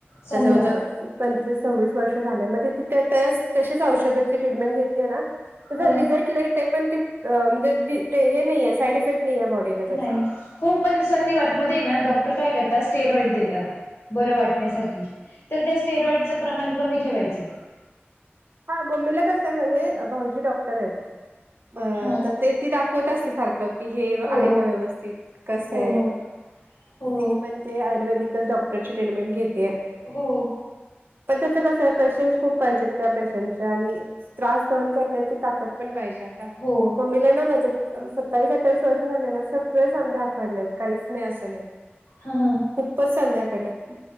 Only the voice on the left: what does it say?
संधिवात
हो
नाही.
हो पण संधी वातमध्ये हाए ना डॉक्टर काय करतात? स्टेरॉइड देतात बरं वाटण्यासाठी तर त्या स्टेरॉइडचं प्रमाण कमी ठेवायचं.
हा
हो
हो हो हो
हो.
हो.
हा हा.